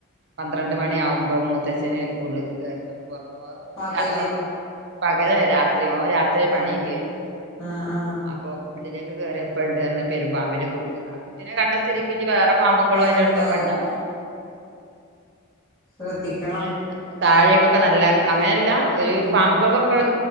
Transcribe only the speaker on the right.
പന്ത്രണ്ട് മണിയ ആകുമ്പോ മൂത്തച്ഛന് ഉള്ളേക്ക് കേറിയൊക്കുമ്പോ
രാത്രി പകലല്ല രാത്രി ഓൻ രാത്രിയാ
പണി കഴിഞ്ഞ് വരുന്ന്
അപ്പൊ വീട്ടിലേക്ക് കയറിയപ്പണ്ട് റ്ഞ്ഞു പെരുമ്പാമ്പിന്റെ കുട്ടി ആ കുട്ടിനെ കണ്ട സ്ഥിതിക്ക് ഇഞ്ഞി വേറെ പാമ്പുകളും
അതിന്റെ അടുത്തൊക്കെ ണ്ടാവും
അങ്ങനെ താഴേക്കൊക്കെ നല്ല അങ്ങനെയല്ല ഒരു
പാമ്പക്കൾക്കൊക്കെ